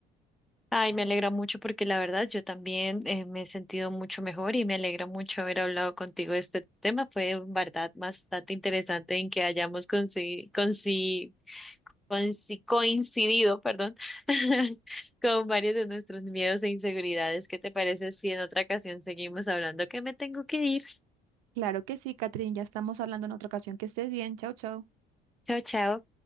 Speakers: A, in the centre; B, on the right.
A: Ay, me alegra mucho porque la verdad yo también eh, me he sentido mucho mejor y me alegra mucho haber hablado contigo de este tema. Fue en verdad bastante interesante en que hayamos consi consi consi- coincidido, perdón, <laughs> con varios de nuestros miedos e inseguridades. ¿Qué te parece si en otra ocasión seguimos hablando? Que me tengo que ir.
B: Claro que sí, Catherine, ya estamos hablando en otra ocasión. Que estés bien. Chao, chao.
A: Chao, chao.